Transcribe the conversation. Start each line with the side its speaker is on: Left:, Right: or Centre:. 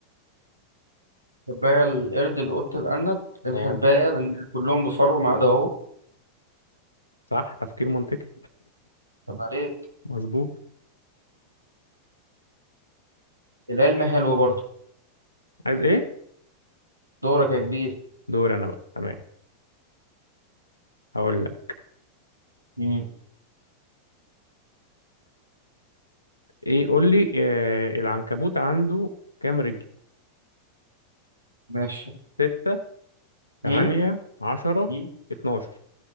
Right: الحرباية القرد القط الأرنب الحرباية
Left: اه
Right: لأن كلهم بفرو ما عدا هو
Left: صح تفكير منطقي
Right: طب عليك
Left: مظبوط
Right: العلم حلو برضه
Left: عايز إيه
Right: دورك يا كبير
Left: دوري أنا بقى تمام هقول لك
Right: مم.
Left: ايه قول لي آه العنكبوت عنده كام رجل
Right: ماشي
Left: ستة تمانية
Right: مم.
Left: عشرة
Right: مم.
Left: اتناشر